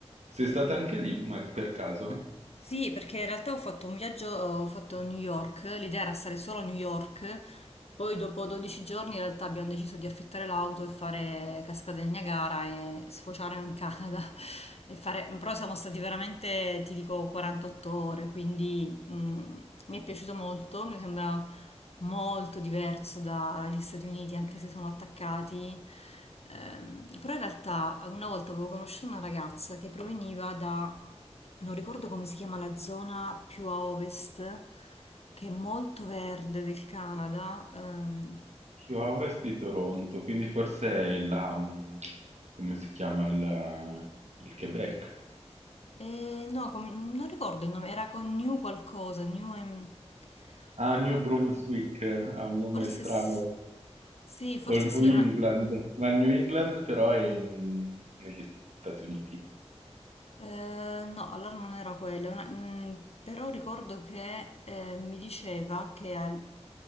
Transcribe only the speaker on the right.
Sei stata anche lì, ma per caso?
Più a ovest di Toronto, quindi forse è la, mm, come si chiama il, uh, il Quebec?
Ah,
New Brunswick, ha un nome
strano,
o il New
England,
ma il New England però è in- negli Stati Uniti.